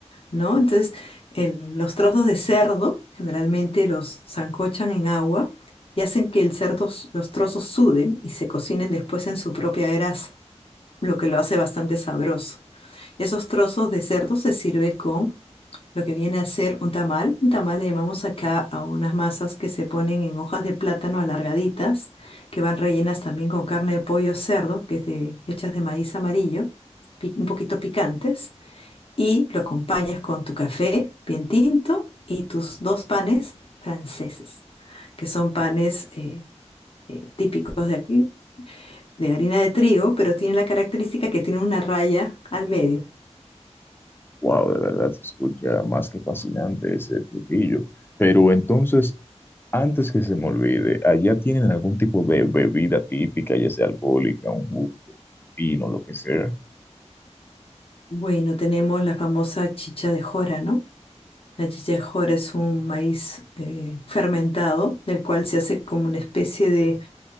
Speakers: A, on the left; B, on the left.
A: ¿no? Entonces, el- los trozos de cerdo generalmente los sancochan en agua y hacen que el cerdo, s- los trozos suden y se cocinen después en su propia grasa, lo que lo hace bastante sabroso. Esos trozos de cerdo se sirve con lo que viene a ser un tamal. Un tamal le llamamos acá a unas masas que se ponen en hojas de plátano alargaditas, que van rellenas también con carne de pollo o cerdo, que es de, hechas de maíz amarillo, pi- un poquito picantes, y lo acompañas con tu café bien tinto y tus dos panes franceses, que son panes eh, eh, típicos de aquí. de harina de trigo, pero tienen la característica que tienen una raya al medio.
B: Wow, de verdad se escucha más que fascinante ese platillo. Pero entonces, antes que se me olvide, ¿allá tienen algún tipo de bebida típica, ya sea alcohólica, un jugo, vino, lo que sea?
A: Bueno, tenemos la famosa chicha de jora, ¿no? La chichajora es un maíz eh, fermentado, del cual se hace como una especie de,